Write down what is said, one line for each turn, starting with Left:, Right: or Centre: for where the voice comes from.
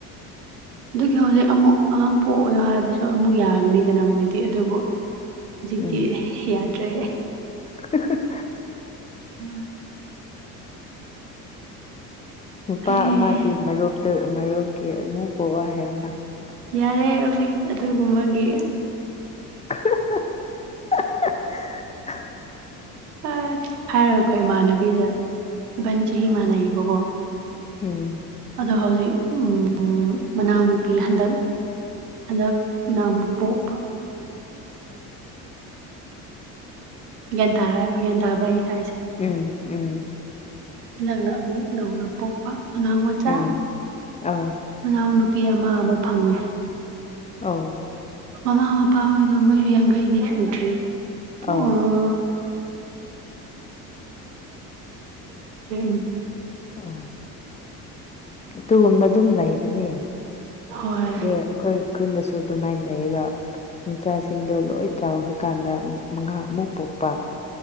Right: ꯑꯗꯨꯒꯤ ꯍꯧꯖꯤꯛ ꯑꯃꯨꯛ ꯑꯉꯥꯡ ꯄꯣꯛꯑꯣꯏ ꯍꯥꯏꯕꯁꯨ ꯑꯃꯨꯛ ꯌꯥꯒꯅꯤꯗꯅ ꯃꯣꯏꯗꯤ ꯑꯗꯨꯕꯨ ꯍꯧꯖꯤꯛꯇꯤ
Left: ꯎꯝ
Right: ꯌꯥꯗ꯭ꯔꯦ
Left: <unintelligible>
Right: ꯎꯝ
Left: ꯅꯨꯄꯥ
Right: ꯑꯩ
Left: ꯑꯃꯒꯤ ꯃꯔꯨꯞꯇ ꯃꯔꯨꯞꯀꯤ ꯑꯃꯨꯛ ꯄꯨꯕ ꯍꯥꯏꯌꯣꯅ
Right: ꯌꯥꯔꯦ ꯍꯧꯖꯤꯛ ꯑꯗꯨꯒꯨꯝꯕꯒꯤ
Left: <unintelligible>
Right: ꯍꯣꯏ ꯍꯥꯏꯔ ꯈꯣꯏ ꯏꯃꯥꯟꯅꯕꯤꯁꯦ ꯏꯕꯥꯅꯤ ꯆꯍꯤ ꯃꯥꯟꯅꯩꯕꯀꯣ
Left: ꯎꯝ
Right: ꯑꯗꯣ ꯍꯧꯖꯤꯛ ꯎꯝ ꯃꯅꯥꯎ ꯅꯨꯄꯤ ꯍꯟꯗꯛ ꯍꯟꯗꯛ ꯅ ꯑꯃꯨꯛ ꯄꯣꯛꯄ ꯒ꯭ꯌꯥꯟ ꯇꯥꯔꯦ ꯃꯦꯟ ꯇꯥꯕ꯭ꯔ ꯑꯩ ꯍꯥꯢꯁꯦ
Left: ꯎꯝ ꯎꯝ
Right: ꯅꯪꯅ ꯑꯃꯨꯛ ꯅꯧꯅ ꯄꯣꯛꯄ ꯑꯉꯥꯡ ꯃꯆꯥ
Left: ꯎꯝ ꯑꯧ
Right: ꯃꯅꯥꯎ ꯅꯨꯨꯄꯤ ꯑꯃ ꯑꯃꯨꯛ ꯐꯪꯉꯦ
Left: ꯑꯧ
Right: ꯃꯃꯥ ꯃꯄꯥ ꯍꯣꯢꯗꯣ ꯃꯣꯏꯁꯨ ꯌꯥꯡꯈꯩꯗꯤ ꯁꯨꯗ꯭ꯔꯤ ꯄꯣ
Left: ꯑꯧ
Right: ꯑꯥ <unintelligible>
Left: ꯎꯝ ꯑꯗꯨꯒꯨꯝꯕ ꯑꯗꯨꯝ ꯂꯩꯕꯅꯦ
Right: ꯍꯣꯏ
Left: ꯑꯗꯣ ꯑꯩꯈꯣꯢ ꯈꯨꯟꯗꯁꯨ ꯑꯗꯨꯃꯥꯢꯅ ꯂꯩꯕ ꯃꯆꯥꯁꯤꯡꯗꯣ ꯂꯣꯢ ꯆꯥꯎꯈ꯭ꯔꯀꯥꯟꯗ ꯃꯉꯥꯡ ꯑꯃꯨꯛ ꯄꯣꯛꯄ